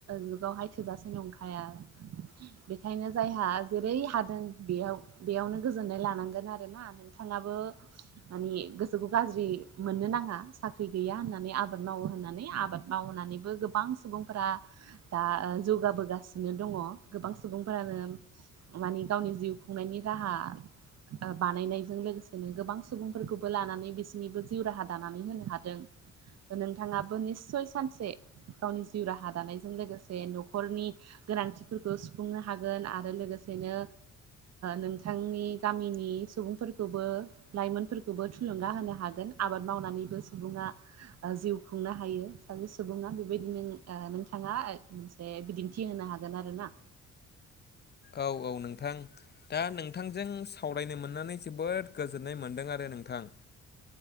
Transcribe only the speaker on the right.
जुगावहाय थोजासे नंखाया। बेखायनो जायहा जेरै हादों बेयाव बेयावनो गोजोननाय लानांगोन आरो ना। नोंथाङाबो मानि गोसोखौ गाज्रि मोननो नाङा साख्रि गैया होननानै आबाद मावो होनना नानै आबाद मावनानैबो गोबां सुबुंफोरा दा जौगाबोगासिनो दङ गोबां सुबुंफोरानो मानि गावनि जिउ खुंनायनि राहा बानायनायजों लोगोसेनो गोबां सुबुंफोरखौबो लानानै बिसिरनिबो जिउ राहा दानानै होनो हादों। नोंथाङाबो निस्सय सानसे गावनि जिउ राहा दानायजों लोगोसे न'खरनि गोनांथिफोरखौ सुफुंनो हागोन आरो लोगोसेनो नोंथांनि गामिनि सुबुंफोरखौबो लाइमोनफोरखौबो थुलुंगा होनो हागोन आबाद मावनानैबो सुबुङा जिउ खुंनो हायो सासे सुबुङा बेबायदि न नोंथाङा मोनसे बिदिन्थि होनो हागोन आरो ना।